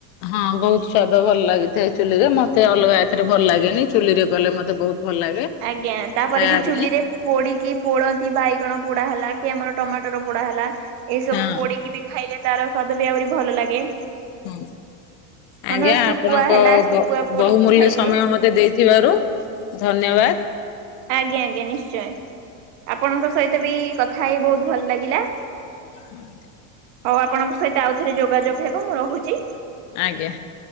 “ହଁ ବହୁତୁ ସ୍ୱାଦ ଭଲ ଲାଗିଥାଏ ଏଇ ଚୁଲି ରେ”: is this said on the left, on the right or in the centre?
Left